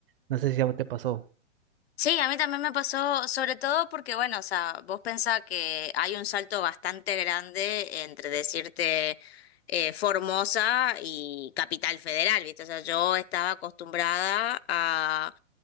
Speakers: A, on the right (about 50°); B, on the left (about 60°).
A: no sé si a vos te pasó,
B: Sí, a mí también me pasó, sobre todo porque, bueno, o sea, vos pensás que hay un salto bastante grande entre decirte eh, Formosa y Capital Federal, ¿viste? O sea, yo estaba acostumbrada a